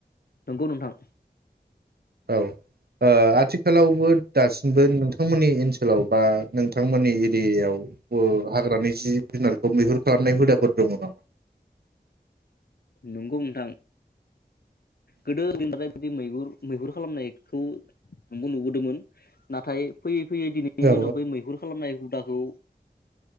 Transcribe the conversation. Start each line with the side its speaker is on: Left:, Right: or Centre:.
Left: नंगौ नोंथां
Right: औ ओ आथिखालावबो दासिमबो नोंथांमोननि ओनसोलाव बा नोंथांमोननि एरियायाव ओ हाग्रानि जिब जुनारखौ मैहुर खालामनाय हुदाफोर दङ नामा
Left: नंगौ नोंथां गोदो <unintelligible> बिदि मैुहुर मैहुर खालामनायखौ आबो नुबोदोंमोन नाथाय फैयै फैयो दिनैनि
Right: औ
Left: दिनाव बै मैहुर खालामनाय दाखौ